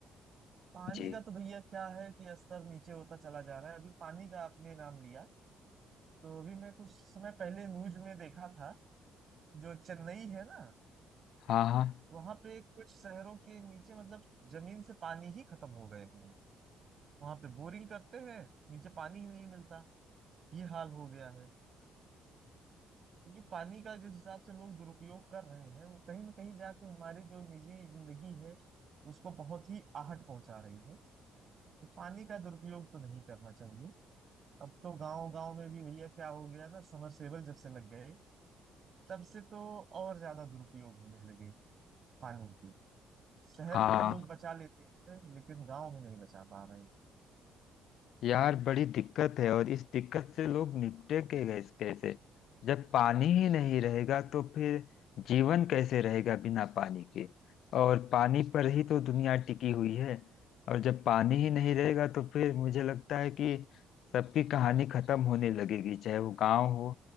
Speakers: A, on the right; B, on the left.
A: पानी
B: जी
A: का तो भैया क्या है कि स्तर नीचे होता चला जा रहा है अभी पानी का आपने नाम लिया तो अभी मैं कुछ समय पहले न्यूज में देखा था जो चेन्नई है ना
B: हाँ हाँ
A: वहां पे कुछ शहरों के नीचे मतलब जमीन से पानी ही खत्म हो गए हैं वहां पे बोरिंग करते हैं नीचे पानी ही नहीं मिलता ये हाल हो गया है क्योंकि पानी का जिस हिसाब से लोग दुरुपयोग कर रहे हैं वो कहीं ना कहीं जाके हमारी जो निजी जिंदगी है उसको बहुत ही आहट पहुंचा रही है तो पानी का दुरुपयोग तो नहीं करना चाहिए अब तो गांव गांव में भी भैया क्या हो गया ना समरसेबल जब से लग गए तब से तो और ज्यादा दुरुपयोग होने लगे पानी के शहर
B: हाँ
A: में तो लोग बचा लेते हैं लेकिन गांव में नहीं बचा पा रहे हैं।
B: यार बड़ी दिक्कत है और इस दिक्कत से लोग निपटेंगे गैस कैसे जब पानी ही नहीं रहेगा तो फिर जीवन कैसे रहेगा बिना पानी के और पानी पर ही तो दुनिया टिकी हुई है और जब पानी ही नहीं रहेगा तो फिर मुझे लगता है कि सबकी कहानी खत्म होने लगेगी चाहे वो गांव हो